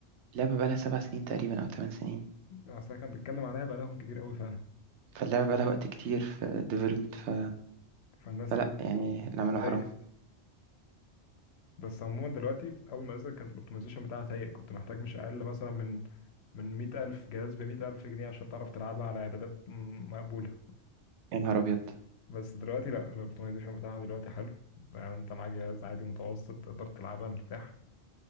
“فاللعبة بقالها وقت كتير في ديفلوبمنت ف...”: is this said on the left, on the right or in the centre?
Right